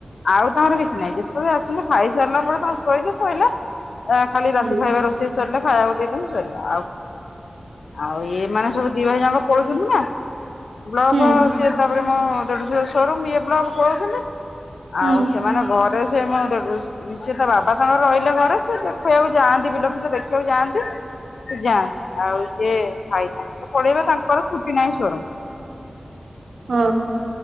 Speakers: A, on the left (about 85°); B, on the right (about 85°).
A: ଆଉ ତମର କିଛି ନାହିଁ ଯେତେବେଳେ ଆସିଲେ ଖାଇସାରିଲା ପରେ ତ ଶୋଇଲେ। ଶୋଇଲେ ଖାଲି ରାତି
B: ହୁଁ
A: ଖାଇବା ରୋଷେଇ ସରିଲା ଖାଇବାକୁ ଦେଇଦିଅନ୍ତି ସରିଲା ଆଉ କିଛି ନାହିଁ। ଆଉ ଏଇ ମାନେ ସବୁ ଦି ଭାଇ ଜାକ ପଲୋଉଛନ୍ତି ନା। ବ୍ଲକ
B: ହୁଁ
A: ସେ ତାପରେ ମୋ ଦେଢଶୁର ସୋରୁମ ଇଏ ବ୍ଲକ ପଳଉଛନ୍ତି।
B: ହୁଁ
A: ଆଉ ସେମାନେ ଘରେ ସେ ମୋ ଦେଢ଼ ସେ ବାବା ତାଙ୍କର ରହିଲେ ଘରେ ସେ ଦେଖେଇବାକୁ ଯାଆନ୍ତି ବିଲକୁ ଦେଖିବାକୁ ଯାଆନ୍ତି। ସେ ଯାଆନ୍ତି ଆଉ ଯିଏ ଖାଇ ତ ପଳେଇବା ତାଙ୍କର ଛୁଟି ନାହିଁ ତାଙ୍କର।
B: ହଁ